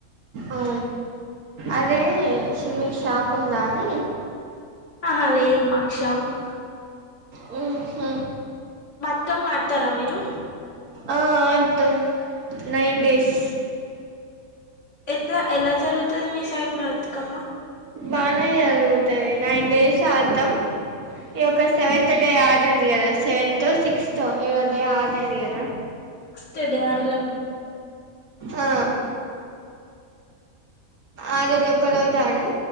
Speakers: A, on the right; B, on the left.
A: ఆ అదే ఇషి మీకు షాప్ ఉందా అని
B: ఆహా లేదు మాక్ షాప్
A: మ్మ్హ్హ్
B: త్కమ్ ఆడతారా మీరు
A: ఆ ఆడ్తం, నైన్ డేస్
B: ఎట్లా ఎలా జరుగుతది మీ సైడ్ బతుకమ్మా
A: బానే జరుగుతది నైన్ డేస్ ఆడ్తం ఈ ఒక సెవెంత్ డే ఆడరీ కదా, సెవెంతో సిక్సతో ఏదో డే ఆగది గదా
B: త్ డే అర్రం
A: ఆ ఆ రోజు ఒక్క రోజు ఆడం,